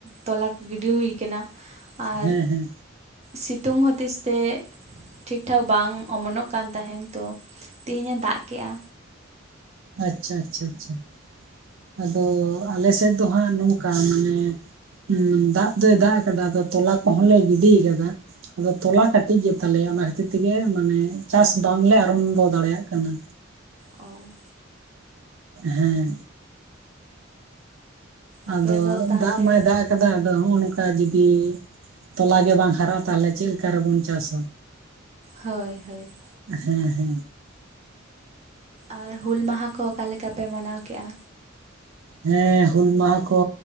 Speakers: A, on the right; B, on the right.
A: ᱛᱚᱞᱟ ᱠᱚ ᱜᱤᱰᱤ ᱦᱩᱭ ᱠᱟᱱᱟᱼᱼ ᱟᱨ
B: ᱦᱮᱸ ᱦᱮᱸ
A: ᱥᱤᱛᱩᱝ ᱦᱩᱛᱤᱥ ᱛᱮᱼᱼ ᱴᱷᱤᱠ ᱴᱷᱟᱠ ᱵᱟᱝ ᱚᱢᱚᱱᱚᱜ ᱠᱟᱱ ᱛᱟᱦᱮᱱ ᱛᱚ ᱛᱮᱦᱤᱧᱮ ᱫᱟᱜ ᱠᱮᱫ-ᱟ।
B: ᱟᱪᱪᱷᱟ ᱟᱪᱪᱷᱟ ᱟᱪᱷᱟ। ᱟᱫᱚ ᱟᱞᱮ ᱥᱮᱫ ᱫᱚ ᱦᱟᱸᱜ ᱱᱚᱝᱠᱟ ᱢᱟᱱᱮᱼᱼ ᱩᱸᱻ ᱫᱟᱜ ᱫᱚᱭ ᱫᱟᱜ ᱟᱠᱟᱫᱟ ᱟᱫᱚ ᱛᱚᱞᱟ ᱠᱚᱦᱚᱸᱞᱮ ᱜᱤᱰᱤ ᱠᱟᱫᱟᱼᱼ ᱟᱫᱚ ᱛᱚᱞᱟ ᱠᱟᱹᱴᱤᱡ ᱜᱮᱛᱟᱞᱮᱭᱟ ᱚᱱᱟ ᱠᱷᱟᱹᱛᱤᱨ ᱛᱮᱜᱮ ᱢᱟᱱᱮ ᱪᱟᱥ ᱵᱟᱝᱞᱮ ᱟᱨᱚᱢᱵᱚ ᱫᱟᱲᱮᱭᱟᱜ ᱠᱟᱱᱟ।
A: ᱚᱻ
B: ᱦᱮᱸ
A: ᱟᱯᱮ
B: ᱟᱫᱚ
A: ᱫᱚ ᱛᱟᱦᱚᱞᱮ
B: ᱫᱟᱜ ᱢᱟᱭ ᱫᱟᱜ ᱟᱠᱟᱫᱟ ᱟᱫᱚ ᱱᱚᱜ <unintelligible> ᱚᱱᱠᱟ ᱡᱩᱫᱤ ᱛᱚᱞᱟ ᱜᱮ ᱵᱟᱝ ᱦᱟᱨᱟᱜ-ᱟ ᱛᱟᱦᱚᱞᱮ ᱪᱮᱫ ᱞᱮᱠᱟ ᱨᱮᱵᱚᱱ ᱪᱟᱥᱟ
A: ᱦᱳᱭ ᱦᱳᱭ
B: ᱦᱮᱸ ᱦᱮᱸ
A: ᱟᱨ ᱦᱩᱞ ᱢᱟᱦᱟ ᱠᱚ ᱚᱠᱟ ᱞᱮᱠᱟ ᱯᱮ ᱢᱟᱱᱟᱣ ᱠᱮᱫᱮᱜ-ᱟ
B: ᱦᱮᱸ ᱦᱩᱞ ᱢᱟᱦᱟ ᱠᱚ